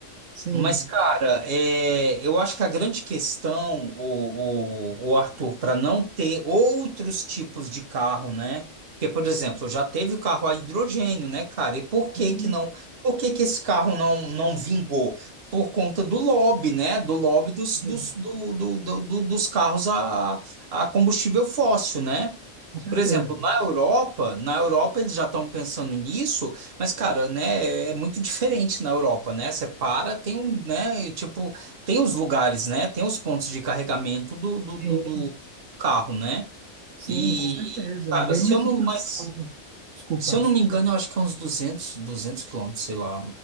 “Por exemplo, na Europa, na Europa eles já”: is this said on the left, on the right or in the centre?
Right